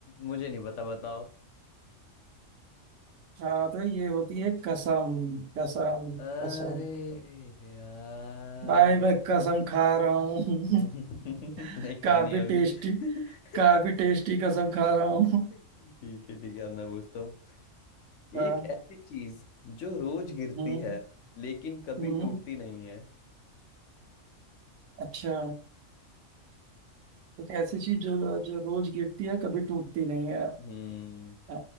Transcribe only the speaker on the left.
मुझे नहीं पता बताओ
अरे
यार
<laughs> नहीं
खानी
अभी
<laughs> ठीक
है ठीक है अब मैं पूछता हूँ
एक ऐसी चीज जो रोज गिरती
है लेकिन कभी
टूटती नहीं है
हम्म